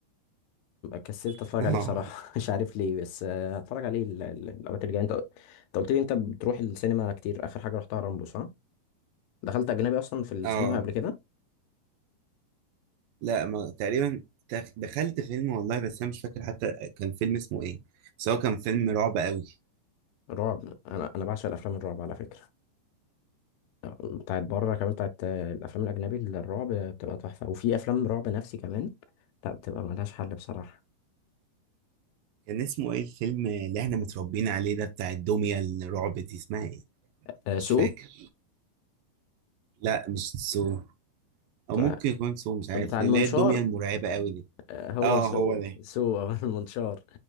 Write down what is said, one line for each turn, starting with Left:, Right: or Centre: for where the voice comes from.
Left: كسلت
Right: <laughs>
Left: اتفرج
Right: اه
Left: عليه بصراحه <laughs> مش عارف ليه بس آه، هتفرج عليه ال- ال- الاوقات اللي جايه انت انت قلت لي انت بتروح السينما كتير اخر حاجه رحتها رامبو صح دخلت اجنبي اصلا في السينما
Right: اه
Left: قبل كده
Right: لا ما... تقريبا دخ- دخلت فيلم والله بس انا مش فاكر حتى كان فيلم اسمه ايه بس هو كان فيلم رعب قوي
Left: رعب انا انا بعشق الافلام الرعب على فكره بتاعت بره كمان بتاعت آه، الافلام الاجنبي اللي الرعب بتبقى تحفه وفي افلام رعب نفسي كمان لا بتبقى ملهاش حل بصراحه
Right: كان اسمه ايه الفيلم اللي احنا متربيين عليه ده بتاع الدمية الرعب دي اسمها ايه
Left: آه،
Right: مش
Left: سو
Right: فاكر لا مش سو او
Left: بتاع
Right: ممكن يكون سو مش عارف
Left: بتاع
Right: اللي
Left: المنشار
Right: هي الدميه المرعبه قوي دي
Left: آه، هو
Right: اه
Left: سو
Right: هو ده
Left: سو <laughs> المنشار